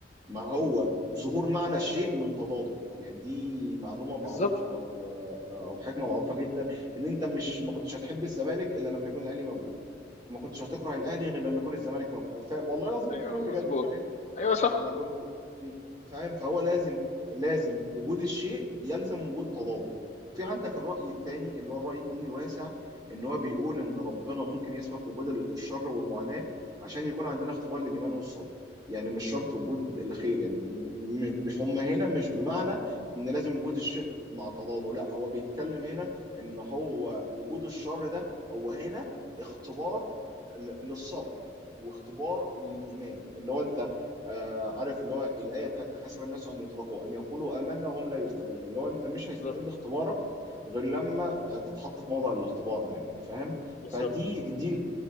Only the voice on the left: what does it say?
بالظبط
ايوه مظبوط
ايوه صح
بالظبط
بالظبط